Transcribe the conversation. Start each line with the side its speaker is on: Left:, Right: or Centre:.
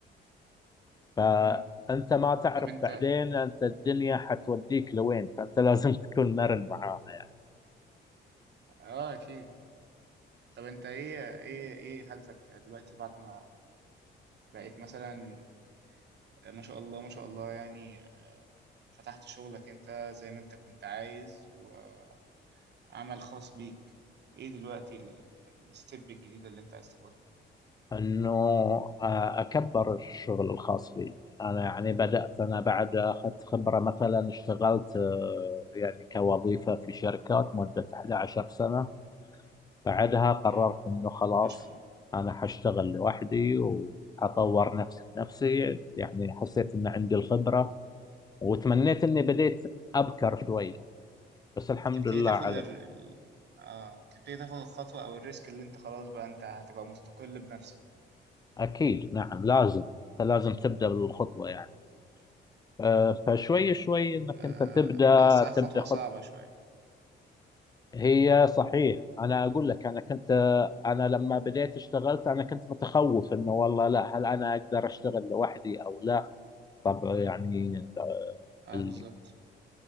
Left: فانت
Right: مم.
Left: ما تعرف
Right: طب أنت
Left: بعدين انت الدنيا حتوديك لوين فانت <laughs> لازم تكون مرن معاها يعني
Right: اه أكيد طب أنت إيه إيه إيه هدفك دلوقتي بعد ما بقيت مثلا ما شاء الله ما شاء الله يعني آه، فتحت شغلك انت زي ما انت كنت عايز وعمل خاص بيك ايه دلوقتي ال- ال- الستيب الجديدة اللي انت عايز تاخدها
Left: انه آه، اكبر الشغل الخاص فيه انا يعني بدات انا بعد اخذت خبره مثلا اشتغلت آه، يعني كوظيفه في شركات مده 11 سنه بعدها قررت
Right: امم
Left: انه خلاص
Right: ما شاء الله
Left: انا حاشتغل لوحدي وحطور نفسي بنفسي يعني حسيت ان عندي الخبره وتمنيت اني بديت ابكر شويه بس الحمد
Right: تبتدي
Left: لله
Right: تاخد
Left: على
Right: ال... ال- اه تبتدي تاخد الخطوة او الريسك اللي انت خلاص بقى انت هتبقى مستقل بنفسك
Left: اكيد نعم لازم لازم تبدا بالخطوه يعني آه، فشوي شوي انك
Right: آه
Left: انت تبدا
Right: بحسها خطوة
Left: تبدا خط
Right: صعبة شوية
Left: هي صحيح انا اقول لك انا كنت انا لما بديت اشتغلت انا كنت متخوف انه والله لا هل انا اقدر اشتغل لوحدي او لا طب يعني
Right: اه
Left: ال-
Right: بالظبط